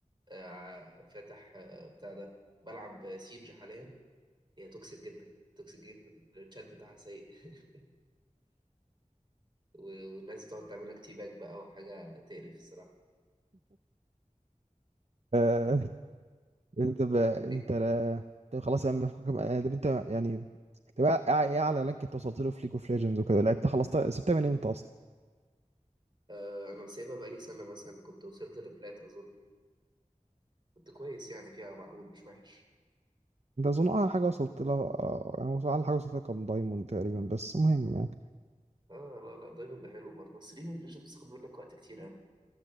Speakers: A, on the right; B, on the right.
A: آه فاتح آه بتاع ده بلعب سيج حاليا هي توكسيك جدا توكسيك جدا الشات بتاعها سيء <laughs> و- والناس بتقعد تعمل لك تي باك بقى وحاجه تقرف الصراحه
B: آه <laughs> انت بقى
A: فاهمني
B: انت لا طب خلاص يا عم فكك من- آه، طب انت يعني تبقى ايه اعلى لانك انت وصلت له في ليج اوف ليجندز وكده لعبت خلصت سبتها من امتى اصلا؟
A: آه انا مسيبها بقالي سنه مثلا كنت وصلت لبلات اظن كنت كويس يعني فيها معقول مش وحش
B: ده اظن اعلى حاجه وصلت لها آه، يعني وصل- اعلى حاجه وصلت لها كان دايموند تقريبا بس المهم يعني
A: اه لا لا دايما ده حلو برضه بس ليج اوف ليجندز بتاخد منك وقت كتير